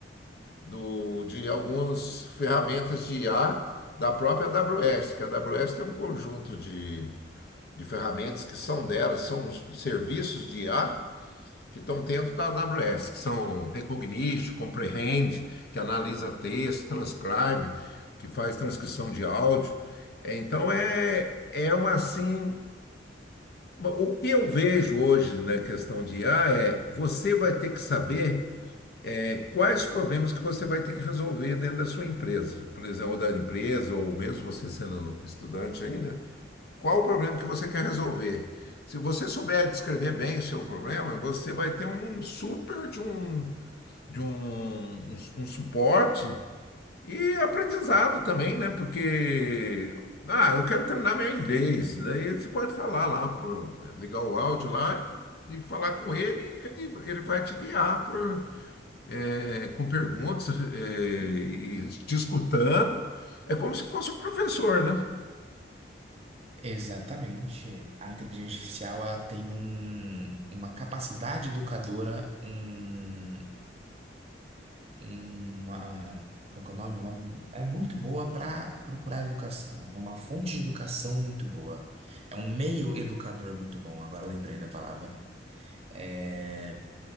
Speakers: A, on the left; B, on the right.
A: do, de algumas ferramentas de IA da própria AWS, que a AWS tem um conjunto de, de ferramentas que são delas, são os serviços de IA que estão dentro da AWS, que são Recognition, Comprehend, que analisa texto, Transcribe, que faz transcrição de áudio. É, Então é, é uma assim. O que eu vejo hoje na questão de IA é você vai ter que saber é, Quais problemas que você vai ter que resolver dentro da sua empresa? Por exemplo, ou da empresa, ou mesmo você sendo estudante ainda, qual o problema que você quer resolver? Se você souber descrever bem o seu problema, você vai ter um super de um, de um, um, um suporte e aprendizado também, né? Porque, ah, eu quero treinar meu inglês. Daí você pode falar lá, por, ligar o áudio lá e falar com ele, e ele, ele vai te guiar por é, com perguntas, é, e discutando É como se fosse um professor, né?
B: Exatamente. A inteligência artificial ela tem um- uma capacidade educadora, um- uma, qual que é o nome? Uma- é muito boa para procurar educação. É uma fonte de educação muito boa. É um meio educador muito bom. Agora eu lembrei da palavra. É,